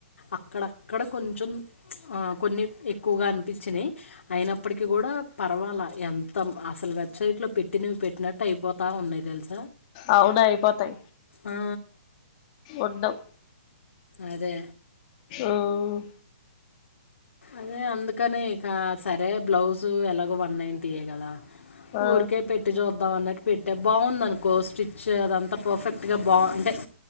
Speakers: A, on the left; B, on the left.
A: అక్కడక్కడ కొంచెం ఆ కొన్ని ఎక్కువగా అనిపించినయ్ అయినప్పటికీ గూడ పర్వాలా ఎంత అసలు వెబ్సైట్లో పెట్టినవి పెట్టినట్టు అయిపోతా ఉన్నాయి తెలుస
B: ఆవునయిపోతై
A: ఆ!
B: ఉండవ్
A: అదే
B: ఉమ్
A: అదే అందుకనే ఇక సరే బ్లౌజు ఎలాగో వన్ నైన్ యే కదా.
B: ఆ
A: ఊరికే పిట్ట జూత్ బావున్నట్టు పెట్టే బాగుందనుకో స్టిచ్ శ అదంతా పర్ఫెక్ట్గా బాగుంటే